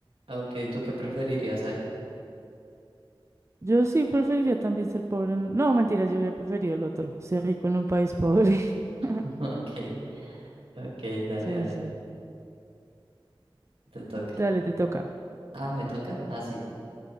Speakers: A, on the right; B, on the right.
A: Ok, ¿tú qué preferirías ahí?
B: Yo sí preferiría también ser pobre en... un- No, mentira, yo hubiera preferido el otro, ser rico en un país pobre. <laughs>
A: <laughs> Ok, ok, dale,
B: Sí,
A: dale,
B: sí.
A: te toca.
B: Dale, te toca.
A: Ah, ¿me toca? Ah, sí.